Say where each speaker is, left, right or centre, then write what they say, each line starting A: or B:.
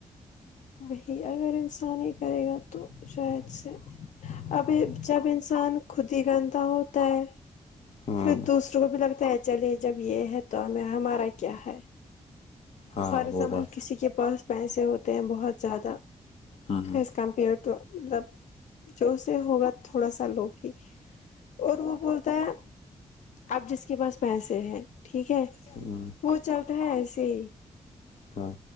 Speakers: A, on the left; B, on the left.
A: وہی اگر انسان یہ کرے گا تو شاید سے ابھی جب انسان خود ہی گندا ہوتا ہے
B: ہاں
A: پھر دوسروں کو بھی لگتا ہے چلے جب یہ ہے تو ہمیں ہمارا کیا ہے
B: ہاں
A: فار ایگزامپل
B: وہ بات
A: کسی کے پاس پیسے ہوتے ہیں بہت زیادہ
B: ہاں ہاں
A: کمپیئر ٹو مطلب جو سے ہوگا تھوڑا سا لو ہی اور وہ بولتا ہے اب جس کے پاس پیسے ہیں ٹھیک ہے
B: ہوں
A: وہ چلتا ہے ایسی ہی
B: ہاں